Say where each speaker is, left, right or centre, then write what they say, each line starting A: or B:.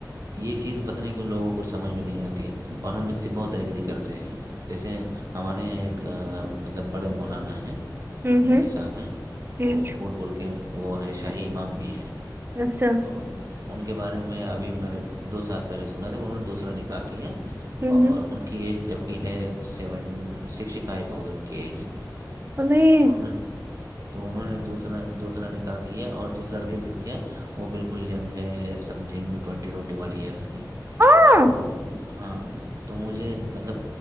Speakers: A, on the right (about 50°); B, on the right (about 30°).
A: یہ چیز پتہ نہیں کی ان لوگوں کوچ سمجھ میں نہیں آتی اور ہم اس سے بہت ایگری کرتے ہیں جیسے ہمارے یہاں ایک مطلب بڑے مولانا ہیں
B: ہوں ہوں
A: ملی صاحب ہیں
B: ہوں
A: وہ پھول پور کے وہ ہیں شاہی امام بھی ہیں
B: اچھا
A: تو ان کے بارے میں ابھی میں نے دو سال پہلے سنا تھا انہوں نے دوسرا نکا کیا ہے
B: ہوں
A: اور ان کی ایج جب ہے سیون سکسٹی فائیو ہوگی ان کی ایج
B: پلی
A: تو انہ تو انہوں نے دوسرا دوسرا نکاح کیا اور جس لڑکے سے کیا ہے وہ بالکل گ ہے سم تھنگ ٹ ٹونٹی ون ایئرس کی
B: ہاں
A: تو ہاں تو مجھے مطلب